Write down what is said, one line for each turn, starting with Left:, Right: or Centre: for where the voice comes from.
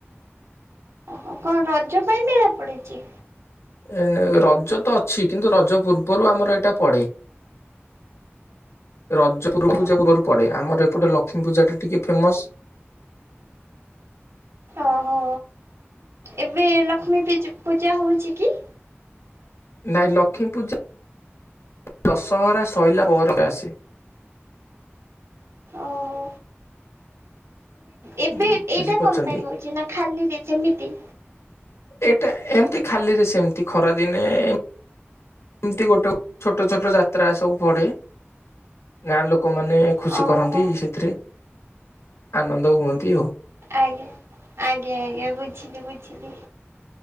Right: ଓ କଣ ରଜ ପାଇଁ ମେଳା ପଡିଛି।
Left: ଏ ରଜ ତ ଅଛି କିନ୍ତୁ ରଜ ପୂର୍ବରୁ ଆମର ଏଇଟା ପଡେ ରଜ ପୂର୍ବରୁ
Right: ଓହୋ
Left: ପୂଜା ପୁର୍ବରୁ ପଡେ ଆ ଆମର ଏପଟେ ଲକ୍ଷ୍ମୀ ପୂଜାଟି ଟିକେ ଫେମସ୍
Right: ଓହୋ। ଏବେ ଲକ୍ଷ୍ମୀ ପୂଜା ହଉଛି କି?
Left: ନାଇଁ ଲକ୍ଷ୍ମୀ ପୂଜା ଦଶହରା ଶଇଲା ପରେ ଆସେ,
Right: ଓହୋ ଏବେ
Left: ଉଁ, ବୁଝିପାରୁଛନ୍ତି।
Right: ଏଇଟା କଣ ପାଇଁ ହଉଛି ନା ଖାଲିରେ ସେମିତି
Left: ଏଇଟା ଏମିତି ଖାଲିରେ ସେମତି ଖରାଦିନେ ଏମତି ଗୋଟେ ଛୋଟ ଛୋଟ ଯାତ୍ରା ସବୁ ପଡେ ଗାଁ ଲୋକ ଲୋକମାନେ ଖୁସି
Right: ଓହୋ
Left: କରନ୍ତି ସେଥିରେ ଆନନ୍ଦ ହୁଅନ୍ତି ଆଉ
Right: ଆଜ୍ଞା ଆଜ୍ଞା ଆଜ୍ଞା ବୁଝିଲି ବୁଝିଲି।